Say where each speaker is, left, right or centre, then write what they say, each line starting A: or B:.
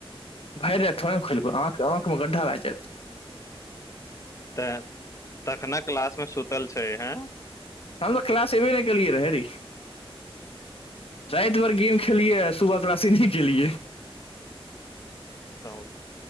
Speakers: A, on the left; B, on the left.
A: भरि राईत थोड़े ने खलबै आंख आंख मे गड्ढा भए जायत
B: तऽ तखने क्लासमे सुतल छै हेँ
A: हम तऽ क्लास एबे नहि केलिए रहा रे राति भर गेम खेलिय आ सुबह क्लासे नहि केलिए
B: तौ